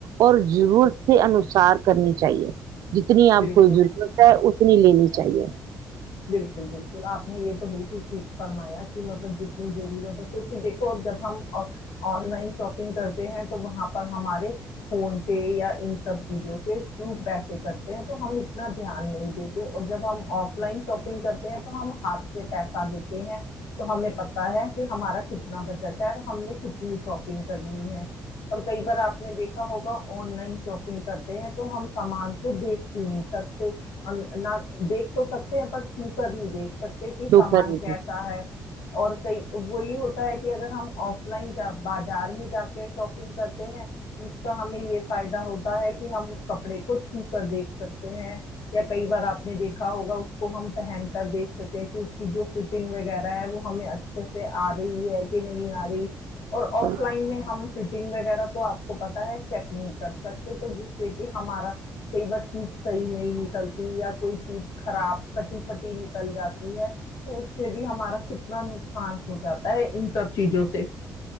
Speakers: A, on the right; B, on the left.
A: اور ضرورت کے انوسار کرنی چاہیے جتنی آپ
B: بالکل
A: کو ضرورت
B: بالکل
A: ہے اتنی لینی چاہیے
B: بالکل بالکل آپ نے یہ تو بالکل ٹھیک فرمایا کہ مطلب جتنی ضرورت ہے کیونکہ دیکھو جب ہم آن لائن شاپنگ کرتے ہیں تو وہاں پر ہمارے فون پے یا ان سب چیزوں سے خوب پیسے کرتے ہیں تو ہم اتنا دھیان نہیں دیتے اور جب ہم آف لائن شاپنگ کرتے ہیں تو ہم ہاتھ سے پیسہ دیتے ہیں تو ہمیں پتا ہے کہ ہمارا کتنا بجٹ ہے اور ہم نے کتنی شاپنگ کرنی ہے اور کئی بار آپ نے دیکھا ہوگا آن لائن شاپنگ کرتے ہیں تو ہم سامان کو دیک کی نہیں سکتے ہم نہ دیکھ تو سکتے ہیں پر چو کر نہیں دیکھ سکتے کہ
A: تو
B: سامان
A: کرنی
B: کیسا ہے اور کئی وہی ہوتا ہے کہ اگر ہم آف لائنا بازار میں جا کے شاپنگ کرتے ہیں اس کا ہمیں یہ فائدہ ہوتا ہے کہ ہم اس کپڑے کو چھو کر دیکھ سکتے یا کئی بار آپ نے دیکھا ہوگا کو ہم پہن کر دیکھ سکتے ہیں کہ اس کی جو فٹنگ وغیرہ ہے وہ ہمیں اچھے سے آ رہی ہے نہیں آ رہی اور
A: جی
B: آف لائن میں ہم فٹنگ وغیرہ تو آپ کو پتا ہے چیک نہیں کر سکتے تو جس سے کہ ہمارا فی چیز صحیح نہیں نکلتی یا کوئی چیز خراب کٹی پٹی نکل جاتی ہے تو اس سے بھی ہمارا کتنا نقصان ہو جاتا ہے ان سب چیزوں سے